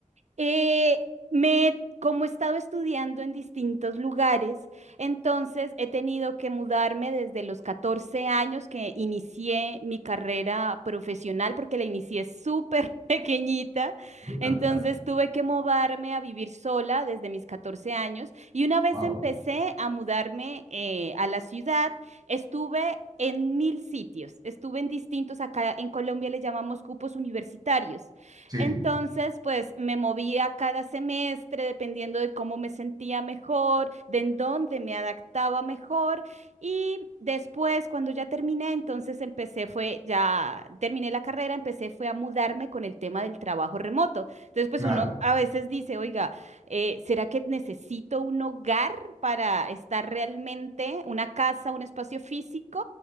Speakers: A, on the right; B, on the right.
A: Eh, me, como he estado estudiando en distintos lugares, entonces he tenido que mudarme desde los 14 años que inicié mi carrera profesional, porque la inicié súper <laughs> pequeñita,
B: Claro,
A: entonces
B: claro.
A: tuve que mudarme a vivir sola desde mis 14 años y una vez
B: Wow.
A: empecé a mudarme eh, a la ciudad, estuve... En mil sitios. Estuve en distintos, acá en Colombia le llamamos cupos universitarios.
B: Sí,
A: Entonces, pues me movía cada semestre dependiendo de cómo me sentía mejor, de en dónde me adaptaba mejor. Y después, cuando ya terminé, entonces empecé, fue, ya terminé la carrera, empecé, fue a mudarme con el tema del trabajo remoto. Entonces, pues
B: claro.
A: uno a veces dice, oiga, eh, ¿será que necesito un hogar para estar realmente, una casa, un espacio físico?